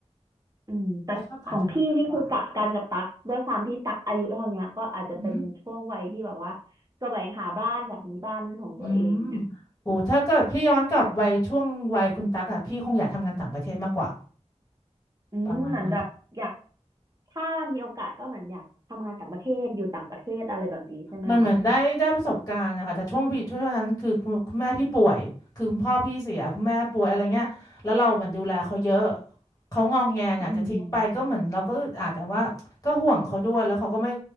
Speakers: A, on the right; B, on the left.
A: อืมแต่ของพี่นี่คือกลับกันกับตักด้วยความที่ตักอายุเท่าเนี้ยก็อาจจะเป็นช่วงวัยที่แบบว่า
B: เขาชอบต่างจังหวัดมากกว่าอืม
A: แสวงหาบ้านอยากมีบ้านเป็นของตัวเอง
B: ออืมโอ้ถ้าเกิดพี่ย้อนกลับไปช่วงวัยคุณตั๊กอ่ะพี่คงอยากทำงานต่างประเทศมากกว่า
A: อืมเหมือนแบบอยาก
B: ประมาณนั้น
A: ถ้ามีโอกาสก็เหมือนอยากทำงานต่างประเทศอยู่ต่างประเทศอะไรแบบนี้ใช่ไหมคะ
B: มันเหมือนได้ได้ประสบการณ์นะคะแต่ช่วงพี่ช่วงนั้นคือคุณคุณแม่พี่ป่วยคือคุณพ่อพี่เสียคุณแม่ป่วยอะไรเงี้ยแล้วเราเหมือนดูแลเขาเยอะเขางองแงน่ะจะทิ้งไปก็เหมือนเราก็อึดอัดแต่ว่าก็ห่วงเขาด้วยแล้วเขาก็ไม่
A: อืม